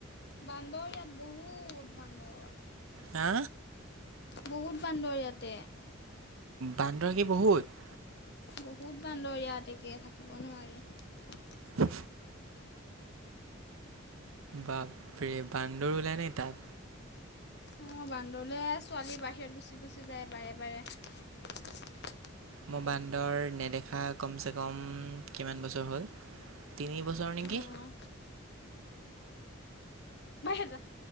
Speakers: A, on the left; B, on the right.
A: বান্দৰ ইয়াত বহুত বান্দৰ।
B: হা?
A: বহুত বান্দৰ ইয়াতে।
B: বান্দৰ কি বহুত?
A: বহুত বান্দৰ ইয়াত একে, থাকিব নোৱাৰি।
B: <inaudible> বাপৰে! বান্দৰও ওলাই নি তাত?
A: অঁ, বান্দৰলৈ, ছোৱালী বাহিৰত গুচি গুচি যায় বাৰে বাৰে।
B: মোৰ বান্দৰ নেদেখা কমচে কম কিমান বছৰ হ'ল! তিনি বছৰ নেকি।
A: অঁ বাহিৰত জা,